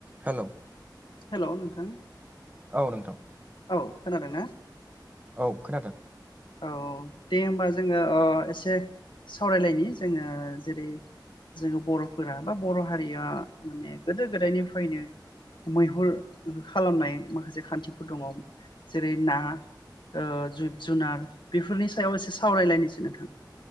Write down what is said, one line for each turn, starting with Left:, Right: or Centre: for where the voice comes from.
Right: हेल'
Left: hello नोंथां
Right: औ नोंथां
Left: औ खोनादों ना?
Right: औ खोनादों।
Left: औ दे होनबा जोङो ओ एसे सावरायलायनि जोङो जेरै जोङो बर'फोरा बा बर' हारिया माने गोदो-गोदायनिफ्रायनो मैहुर खालामनाय ओ मा खासे खान्थिफोर दङ जेरै ना ओ जु जुनार बेफोरनि सायाव एसे सावरायलायनोसै नोंथां।